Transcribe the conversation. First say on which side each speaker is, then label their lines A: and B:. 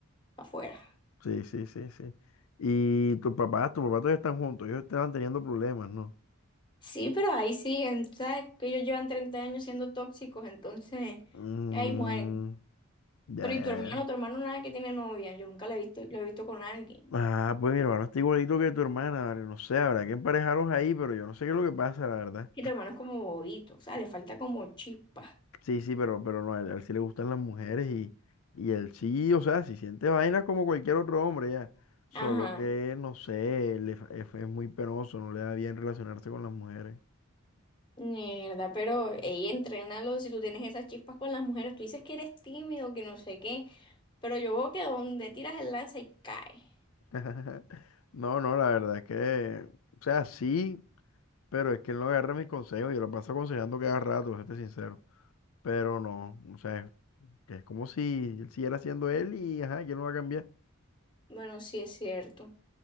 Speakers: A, on the left; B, on the left.
A: para afuera.
B: Sí, sí, sí, sí. Y tus papás, tus papás todavía están juntos, ellos estaban teniendo problemas, ¿no?
A: Sí, pero ahí siguen, ¿sabes? Que ellos llevan 30 años siendo tóxicos, entonces
B: Mm,
A: ahí mueren.
B: ya,
A: Pero ¿y
B: ya,
A: tu hermano?
B: ya.
A: Tu hermano nada que tiene novia, yo nunca lo he visto, lo he visto con alguien.
B: Ah, pues mi hermano está igualito que tu hermana, vale, No sé, habrá que emparejaros ahí, pero yo no sé qué es lo que pasa, la verdad.
A: Y tu hermano es como bobito, o sea, le falta como chispa.
B: Sí, sí, pero, pero no, a él, a él sí le gustan las mujeres y, y él sí, o sea, si siente vainas como cualquier otro hombre ya. Solo
A: Ajá.
B: que, no sé, le fa- es, es muy penoso, no le da bien relacionarse con las mujeres.
A: Mierda, pero ella entrénalo, si tú tienes esas chispas con las mujeres, tú dices que eres tímido, que no sé qué, pero yo veo que donde tiras el lance y cae.
B: <laughs> No, no, la verdad es que, o sea, sí, pero es que él no agarra mis consejos, yo lo paso aconsejando cada rato, para serte sincero. Pero no, o sea, que es como si él siguiera siendo él y, ajá, que él no va a cambiar.
A: Bueno, sí es cierto.